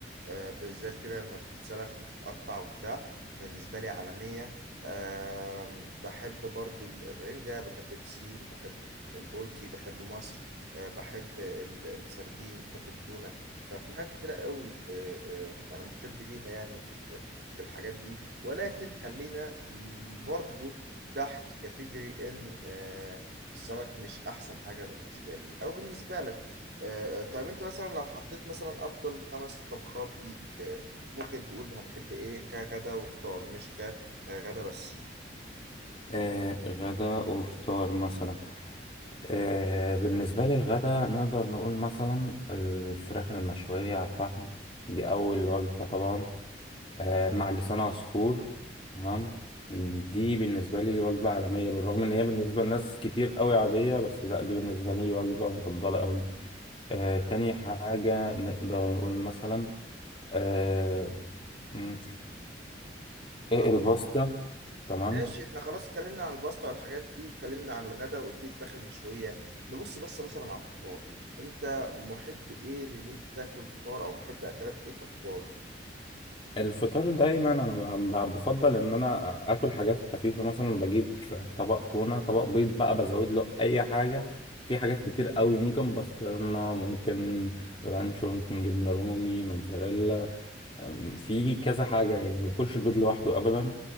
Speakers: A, on the right; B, on the left.
A: آه، بالذات كده لما بتتسلخ وتتقطع وبتاع بالنسبة لي عالمية آم، بحب برضو ال- الرنجة بحب الفسيخ بحب البولتي بحب مصر آه، بحب ال- السردين بحب التونة ففي حاجات كتيرة قوي آه، آه، أنا محب ليها يعني في في الحاجات دي ولكن خلينا م، برضو تحت كاتيجوري إن آه، السمك مش أحسن حاجة بالنسبة لي أو بالنسبة لك آه، آه، طيب انت مثلا لو حطيت مثلا افضل خمس طبخات ليك آه، ممكن تقول هتحب ايه كغدا وفطار مش كغدا بس
B: آه، غدا وفطار مثلا آه، بالنسبة لي الغدا نقدر نقول مثلا الفراخ المشوية على الفحم دي أول وجبة طبعا آه، مع لسان عصفور تمام دي بالنسبة لي وجبة عالمية بالرغم إن هي بالنسبة لناس كتير قوي عادية بس لأ دي بالنسبة لي وجبة مفضلة قوي آه تاني حاجة نقدر نقول مثلا آه م- إيه
A: آه،
B: الباستا تمام
A: ماشي احنا خلاص اتكلمنا عن الباستا والحاجات دي واتكلمنا عن الغدا وقلت لي الفراخ المشوية نبص بص مثلا على الفطار انت محب ايه اللي انت تاكل فطار او محب اكلات ايه كفطار
B: الفطار دايما أنا ب- ب- بفضل إن أنا آكل حاجات خفيفة مثلا بجيب طبق تونة طبق بيض بقى بزود له أي حاجة في حاجات كتير قوي ممكن بسطرمة ممكن لانشون ممكن جبنة رومي موتزاريلا أم، في كذا حاجة يعني ما باكلش البيض لوحده أبدا